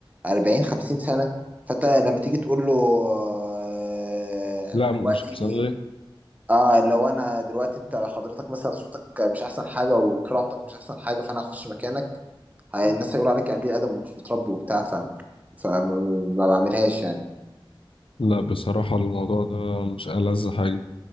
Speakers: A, on the right; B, on the left.
A: 40 50 سنه فانت لما تيجي تقول له آه
B: لا
A: انا دلوقتي
B: مش بصلي
A: اه لو انا دلوقتي انت حضرتك مثلا صوتك مش احسن حاجه وقراءتك مش احسن حاجه فانا هخش مكانك هي- الناس هيقولوا عليك قليل ادب ومش متربي وبتاع ف فما ما بعملهاش يعني
B: لا بصراحة الموضوع ده مش ألذ حاجة